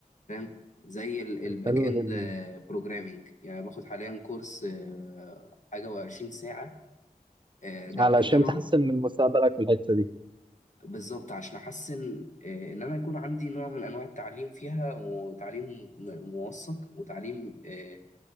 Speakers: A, on the left; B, on the right.
A: فاهم زي الباك
B: حلو
A: اند
B: جدا
A: بروجرامينج يعني باخد حاليا كورس آه، حاجه و20 ساعه آه، جنب
B: علشان
A: الجامعه
B: تحسن من مستقبلك في الحتة دي
A: بالظبط عشان احسن آه، ان انا يكون عندي نوع من انواع التعليم فيها وتعليم م- موثق وتعليم آه،